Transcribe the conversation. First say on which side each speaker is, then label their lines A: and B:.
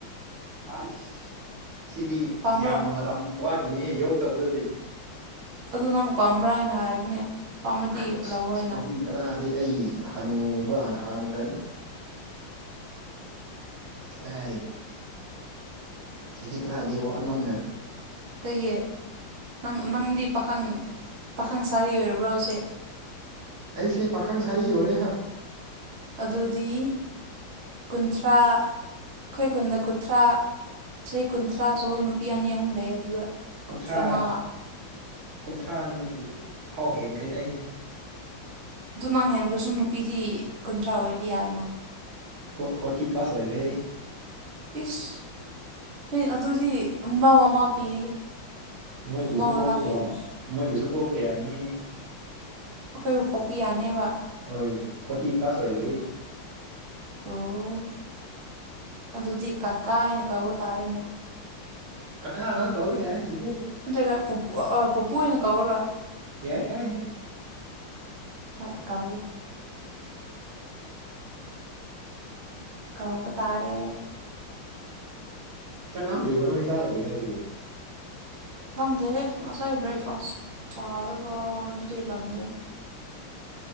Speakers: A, on the right; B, on the right.
A: ꯍꯥꯏꯁ ꯁꯤꯗꯤ
B: ꯄꯥꯝꯕ꯭ꯔꯣ
A: ꯌꯥꯝꯅ ꯃꯇꯝ ꯋꯥꯈꯤꯅꯤꯍꯦ ꯌꯧꯗꯕꯗꯨꯗꯤ
B: ꯑꯗꯨ ꯅꯪ ꯄꯥꯝꯕ꯭ꯔꯥ ꯍꯥꯏꯅ ꯍꯥꯏꯕꯅꯦ ꯄꯥꯝꯕꯗꯤ
A: ꯑꯁ
B: ꯂꯧꯑꯣ ꯍꯥꯏꯅ
A: ꯆꯍꯤ ꯇꯔꯥꯗꯤ ꯑꯩ ꯍꯅꯨꯕ ꯍꯥꯟꯅ ꯍꯥꯟꯒꯔꯅꯤ꯫ ꯀꯗꯥꯢ ꯆꯍꯤ ꯇꯔꯥꯗꯤ ꯋꯥꯠꯃꯟꯒꯔꯦ
B: ꯀꯩꯒꯤ ꯅꯪ ꯅꯪꯗꯤ ꯄꯥꯈꯪ ꯄꯥꯈꯪ ꯁꯥꯔꯤ ꯑꯣꯢꯔꯕ꯭ꯔꯣ ꯍꯧꯖꯤꯛ
A: ꯑꯩꯁꯦ ꯄꯥꯈꯪ ꯁꯥꯔꯤ ꯑꯣꯢꯔꯦ ꯍ
B: ꯑꯗꯨꯗꯤ ꯀꯨꯟꯊ꯭ꯔꯥ ꯑꯩꯈꯣꯢ ꯈꯨꯟꯗ ꯀꯨꯟꯊ꯭ꯔꯥ ꯆꯍꯤ ꯀꯨꯟꯊ꯭ꯔꯥꯁꯨꯕ ꯅꯨꯄꯤ ꯑꯅꯤ ꯑꯍꯨꯝ ꯂꯩꯌꯦ ꯑꯗꯨꯗ
A: ꯀꯨꯟꯊ꯭ꯔꯥ
B: ꯑꯃ
A: ꯀꯨꯟꯊ꯭ꯔꯥ ꯐꯥꯎ ꯍꯦꯟꯈ꯭ꯔꯦꯗ ꯑꯩꯗꯤ
B: ꯑꯗꯨ ꯅꯪ ꯍꯦꯟꯈ꯭ꯔꯁꯨ ꯅꯨꯄꯤꯗꯤ ꯀꯨꯟꯊ꯭ꯔꯥ ꯑꯣꯢꯗꯤ ꯌꯥꯢꯅ
A: ꯐꯣ ꯐꯣꯔꯇꯤ ꯄ꯭ꯂꯁ ꯑꯣꯢꯒꯔꯦ ꯑꯩ
B: ꯏꯁ ꯑꯗꯨꯗꯤ ꯃꯧ ꯑꯃ ꯄꯤꯔꯒꯦ
A: ꯅꯣꯢꯕꯨꯁꯨ
B: ꯃꯧ
A: ꯄꯣꯛꯄ
B: ꯍꯜꯂꯛꯄꯤ
A: ꯌꯥ
B: ꯑꯃ
A: ꯅꯣꯢꯕꯨꯁꯨ ꯄꯣꯛꯄ ꯌꯥꯔꯅꯤꯍꯦ
B: ꯑꯈꯣꯢꯕꯨ ꯄꯣꯛꯄ ꯌꯥꯅꯤꯕ
A: ꯍꯣꯢ ꯐꯣꯔꯇꯤ ꯄ꯭ꯂꯥꯁ ꯑꯣꯢꯒꯔꯦ
B: ꯑꯣ ꯑꯗꯨꯗꯤ ꯀꯥꯀꯥ ꯍꯥꯢꯅ ꯀꯧꯕ ꯇꯥꯔꯦꯅꯦ
A: ꯀꯥꯀꯥ ꯉꯥꯛ ꯀꯧꯕ ꯌꯥꯢ
B: ꯑꯗꯨ ꯑꯣꯢꯒ ꯄꯨꯄꯨ ꯑꯥ ꯄꯨꯄꯨ ꯑꯣꯢꯅ ꯀꯧꯔꯣ
A: ꯌꯥꯢ ꯀꯥꯢꯗꯦ
B: ꯍꯣꯢ ꯀꯧꯒꯦ ꯀꯧꯕ ꯇꯥꯔꯦ
A: ꯆꯥꯛ ꯂꯥꯝꯗ꯭ꯔꯤꯕ ꯅꯣꯢ ꯆꯥꯗ꯭ꯔꯤ ꯍꯥꯢꯁꯤꯕꯨ
B: ꯂꯥꯝꯗꯦꯍꯦ ꯉꯁꯥꯢ ꯕ꯭ꯔꯦꯛꯐꯥꯁ ꯆꯥꯔꯒ ꯑꯗꯨꯗꯩ ꯂꯥꯝꯗ꯭ꯔꯦ